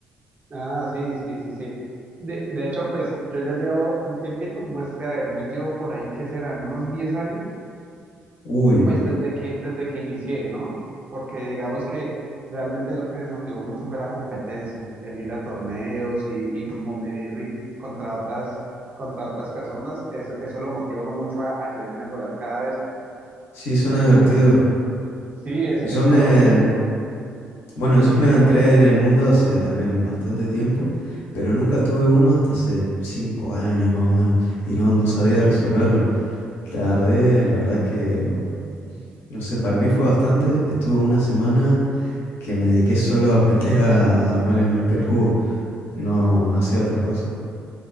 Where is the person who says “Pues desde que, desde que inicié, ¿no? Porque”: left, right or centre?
Right